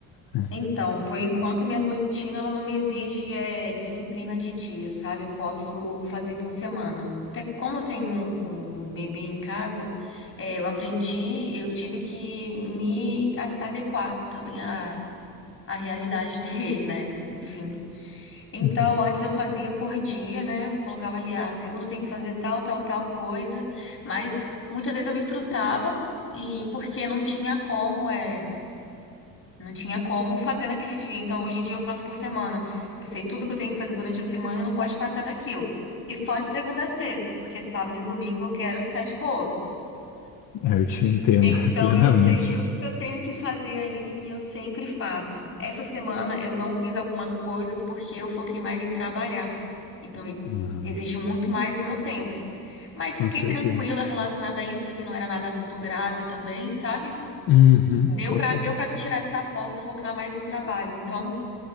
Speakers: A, on the left; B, on the left.
A: né?
B: Então, por enquanto, a minha rotina ela não me exige é, disciplina de dia, sabe? Eu posso fazer por semana. Até como eu tenho um, um bebê em casa, é, eu aprendi, eu tive que me a- adequar também à, à realidade <laughs> dele, né? Enfim. Então,
A: Uhum.
B: antes eu fazia por dia, né? Eu colocava ali, ah, segunda eu tenho que fazer tal, tal, tal coisa, mas muitas vezes eu me frustrava. E porque não tinha como, é. Não tinha como fazer naquele dia. Então, hoje em dia eu faço por semana. Eu sei tudo que eu tenho que fazer durante a semana e não pode passar daquilo. E só de segunda a sexta, porque sábado e domingo eu quero ficar de boa.
A: É, Eu te entendo
B: Então,
A: <laughs> plenamente.
B: eu sei tudo que eu tenho que fazer ali e eu sempre faço. Essa semana eu não fiz algumas coisas porque eu foquei mais em trabalhar. Então, e-
A: Ah,
B: exigiu muito mais do meu tempo. Mas
A: com
B: fiquei
A: certeza.
B: tranquila relacionada a isso, porque não era nada muito grave também, sabe?
A: Uhum,
B: Deu
A: com
B: pra,
A: certeza.
B: deu para tirar essa folga e focar mais em trabalho. Então,